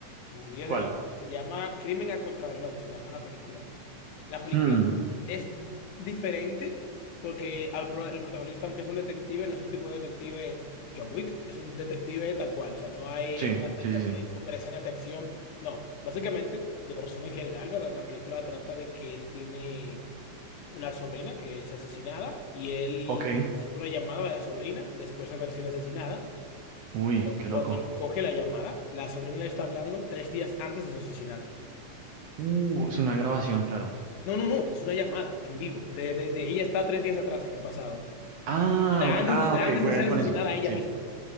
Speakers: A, on the left; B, on the right.
A: Un 10
B: ¿Cuál?
A: de 10. Se llama Crimen a Contrarreloj, se llama la película. La película
B: Hmm,
A: es diferente porque al pro- el protagonista, aunque es un detective, no es un tipo de detective John Wick, es un detective tal cual. O sea, no hay
B: sí,
A: estas, estas
B: sí, sí, sí.
A: super escenas de acción. No, básicamente, de resumen general, ¿verdad? La película trata de que él tiene una sobrina que es asesinada y él
B: Ok.
A: recibe una llamada de la sobrina después de haber sido asesinada.
B: Uy, qué
A: Cuando
B: loco.
A: él coge la llamada, la sobrina le está hablando tres días antes de su asesinato.
B: Uh, es una grabación, claro.
A: No, no, no, es una llamada en vivo. De, de- de- ella está tres días atrás en el pasado.
B: Ah, ok,
A: Antes,
B: ah, ok,
A: antes
B: juegan
A: de ser
B: con
A: asesinada
B: eso.
A: ella
B: Sí.
A: misma.